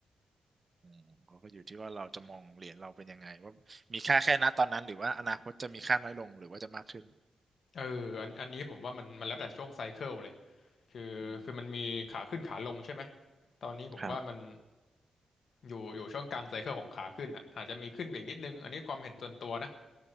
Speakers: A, on the right (about 35°); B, on the left (about 70°).
A: อืมเขาก็อยู่ที่ว่าเราจะมองเหรียญเราเป็นยังไงว่ามีค่าแค่ณตอนนั้นหรือว่าอนาคตจะมีค่าน้อยลงหรือว่าจะมากขึ้น
B: เอออันอันนี้ผมว่ามันมันแล้วแต่ช่วงไซเคิลเลยคือคือมันมีขาขึ้นขาลงใช่ไหม
A: อืม
B: ตอนนี้ผมว่ามัน
A: ครับ
B: อยู่อยู่ช่วงกลางไซเคิลของขาขึ้นอ่ะอาจจะมีขึ้นไปอีกนิดนึงอันนี้ความเห็นส่วนตัวนะ